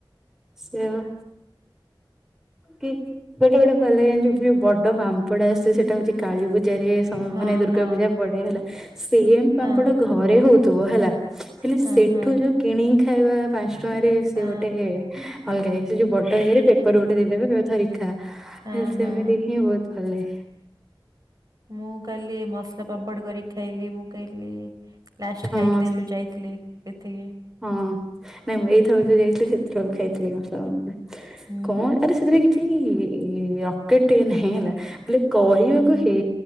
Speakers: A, in the centre; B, on the right.
A: ସେୟାବା। କି ଗୋଟେ ଗୋଟେ ଭଲ ଲାଗେ ଯୋଉ ବଡ ପାମ୍ପଡ ଆସେ ସେଟା ହଉଛି। କାଳୀ ପୂଜାରେ ସ
B: ହଁ
A: ମାନେ ଦୁର୍ଗା
B: ହଁ
A: ପୂଜା ପଡେ ହେଲା ସେମ୍ ପାମ୍ପଡ
B: ହଁ
A: ଘ ଘରେ ହଉଥିବ ହେଲା ହେଲେ
B: ହଁ
A: ସେଠୁ
B: ହଁ
A: ଯୋଉ କିଣିକି ଖାଇବା। ପାଞ୍ଚ ଟଙ୍କାରେ ସେ
B: ହଁ
A: ଗୋଟେ ଅଲଗା ହେଇ ସେ ଯୋଉ ବଡ଼ ଇଏରେ ପେପର
B: ହୁଁ,
A: ଗୋ ଦେଇଦେବେ କହିବେ ଧରିକ ଖା
B: ହଁ
A: ହେଲେ ସେମିତି
B: ହଁ
A: ହିଁ ବହୁତ ଭଲ ଲାଗେ।
B: ମୁଁ କାଲି ମସଲା ପାମ୍ପଡ କରିକି ଖାଇଲି ମୁଁ କହିଲି। ଲାଷ୍ଟ
A: ହଁ
B: ଖାଇଥିଲେ
A: ସେ
B: ଯୋଉ ଯାଇଥିଲେ ଏଥିକି।
A: ହଁ ନାଇଁ ମୁଁ ଏଇଥରକୁ ଯୋଉ ଯାଇଥିଲି ସେଥିର ଖାଇଥିଲି ମସଲା ପା
B: ହୁଁ
A: କଣ ଆରେ ସେଥିରେ କିଛି ରକେଟ ଇଏ ନାହିଁ ହେଲା ହେଲେ କହିବାକୁ
B: ହୁଁ ହୁଁ
A: ହେ